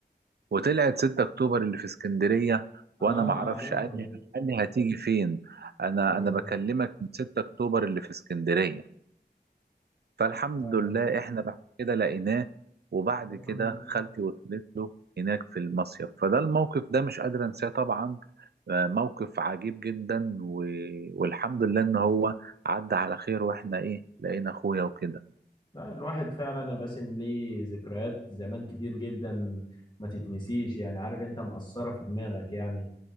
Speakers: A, on the right (about 70°); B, on the left (about 25°).
A: وطلعت 6 اكتوبر اللي في اسكندريه وانا
B: اه
A: ما اعرفش
B: عارفها
A: قال لي
B: دي
A: قال لي هتيجي فين انا
B: ايوه
A: انا بكلمك من 6 اكتوبر اللي في اسكندريه فالحمد
B: ايوه أيوة.
A: لله احنا بعد كده لقيناه وبعد
B: طب الحمد
A: كده
B: لله
A: خالتي وصلت له هناك في المصيف فده الموقف ده مش قادر انساه طبعا آه، موقف عجيب جدا و... والحمد لله ان هو عدى على خير واحنا ايه لقينا اخويا وكده
B: لا الواحد فعلا يا باسم ليه ذكريات زمان كتير جدا ما تتنسيش يعني عارف انت مأثرة في دماغك يعني